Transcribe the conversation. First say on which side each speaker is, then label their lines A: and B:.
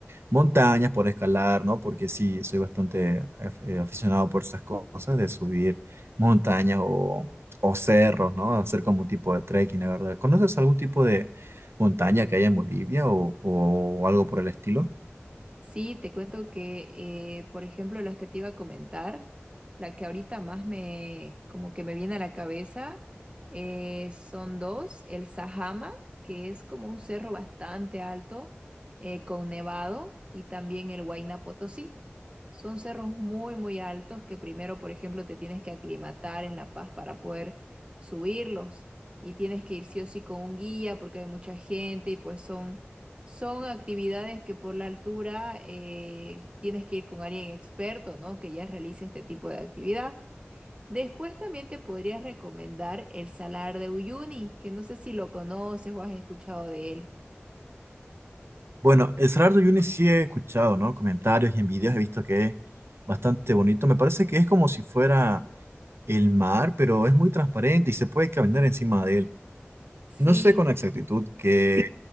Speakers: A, on the right; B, on the right.
A: montañas por escalar, ¿no? Porque sí, soy bastante af- eh, aficionado por esas cosas de subir montañas o, o cerros, ¿no? Hacer como un tipo de trekking, la verdad. ¿Conoces algún tipo de montaña que haya en Bolivia o, o algo por el estilo?
B: Sí, te cuento que, eh, por ejemplo, las que te iba a comentar, la que ahorita más me, como que me viene a la cabeza, eh, son dos, el Sajama, que es como un cerro bastante alto, eh, con nevado, y también el Huayna Potosí. Son cerros muy, muy altos que primero, por ejemplo, te tienes que aclimatar en La Paz para poder subirlos, y tienes que ir sí o sí con un guía porque hay mucha gente y pues son son actividades que por la altura eh, tienes que ir con alguien experto, ¿no? Que ya realice este tipo de actividad. Después también te podría recomendar el Salar de Uyuni, que no sé si lo conoces o has escuchado de él.
A: Bueno, el Salar de Uyuni sí he escuchado, ¿no? Comentarios y en videos he visto que es bastante bonito. Me parece que es como si fuera El mar, pero es muy transparente y se puede caminar encima de él.
B: Sí,
A: No sé con exactitud qué es,